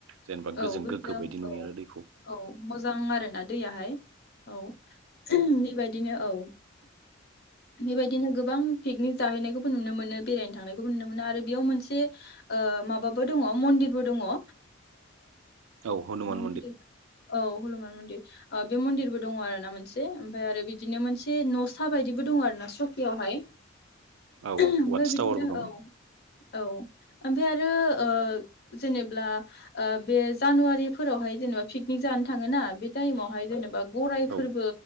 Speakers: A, on the right; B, on the left.
A: जेनेबा
B: औ गोजों
A: गोग्गो बायदि नुयो
B: औ
A: आरो दैखौ
B: औ मोजां आरो दा दैयाहाय, औ बेबायदिनो औ बेबायदिनो गोबां पिकनिक जाहैनायखौबो नुनो मोनो, बेरायनो थांनायखौबो नुनो मोनो आरो बेयाव मोनसे ओ माबाबो दङ मन्दिरबो दङ ओ
A: औ हनुमान
B: मा मन्दिर औ हनुमान मन्दिर, ओ मन्दिरबो दङ आरो ना मोनसे ओमफ्राय आरो बिदिनो मोनसे न'सा बायदिबो दङ आरो ना सकियावहाय।
A: औ
B: ओमफ्राय
A: वाटस
B: बिदिनो
A: टावारबो दं
B: औ औ ओमफाय आरो ओ जेनेब्ला ओ बे जानुवारिफोरावहाय जेनेबा पिकनिक जानो थाङोना बे टाइमावहाय जेनेबा, गराइफोरबो
A: औ